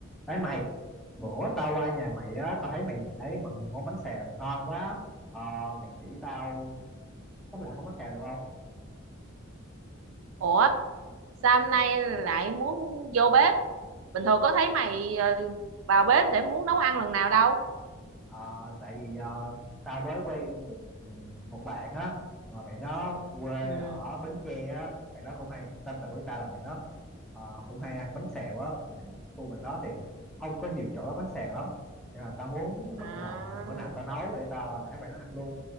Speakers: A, in the centre; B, on the right (about 75°).
A: Đấy mày, bữa tao qua nhà mày á, tao thấy mày để mọi người món bánh xèo ngon quá. Ờ, mày chỉ tao cách làm món bánh xèo được không?
B: ủa sao hôm nay lại muốn vô bếp bình thường có thấy mày ờ, vào bếp để muốn nấu ăn lần nào đâu
A: Ờ, tại vì ờ, tao mới quen được ừ, một bạn á, mà bạn đó quê
B: ừ
A: ở Bến Tre á, bạn đó cũng hay tâm sự với tao là bạn đó ờ, cũng hay ăn bánh xèo á, mà khu bạn đó thì không có nhiều chỗ bán bánh xèo lắm. Nên là tao muốn bất
B: à,
A: ngờ bữa nào tao nấu để tao đãi bạn nó ăn luôn,